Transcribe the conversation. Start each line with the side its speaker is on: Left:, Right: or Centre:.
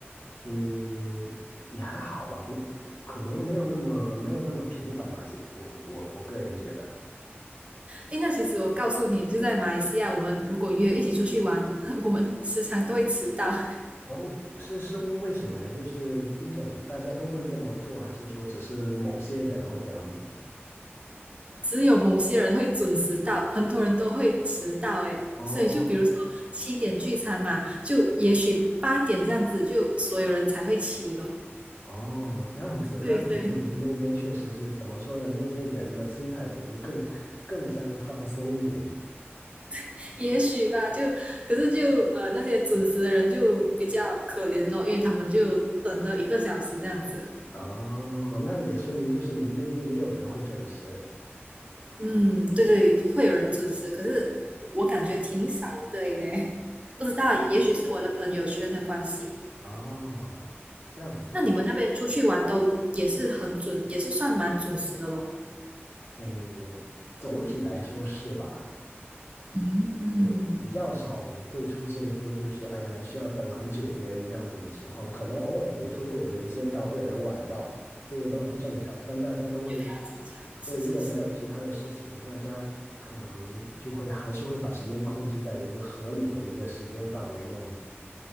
Left: 你也还好吧，不可能没有那么没有那么频繁吧，这我我我个人觉得。
Right: 诶，那其实我告诉你，就在马来西亚，我们如果约一起出去玩，<laughs> 我们时常都会迟到，
Left: 然后是是为什么呀？就是一种大家都会这么做，还是说只是某些人会这样子？
Right: <laughs> 只有某些人会准时到，很多人都会迟到。诶，
Left: 哦
Right: 所以就比如说七点聚餐嘛，就也许八点这样子，就所有人才会起咯。
Left: 哦，这样子，那可能你们那边确实是怎么说呢？
Right: 对对，
Left: 那些人的心态可能更更加的放松一点。
Right: <laughs> 也许吧，就可是就呃那些准时的人就比较可怜咯，因为他们就等了一个小时这样子。
Left: 哦，那也说明就是你们那边也有人会准时。
Right: 嗯，对对，会有人准时，可是我感觉挺少的耶，不知道，也许是我的朋友圈的关系。
Left: 哦，这样子，
Right: 那你们那边出去玩都也是很准，也是算蛮准时的咯。
Left: 诶，总体来说是吧？
Right: 嗯，
Left: 对，比较少会出现说就是哎呀需要等很久别人这样子的情况，可能偶尔比如说会有人先到，会有人晚到，这个都很正常，但大家都会，
Right: 比较正常。是是是，
Left: 对，如果没有其他的事情，大家可能就会还是会把时间控制在一个合理的一个时间范围内。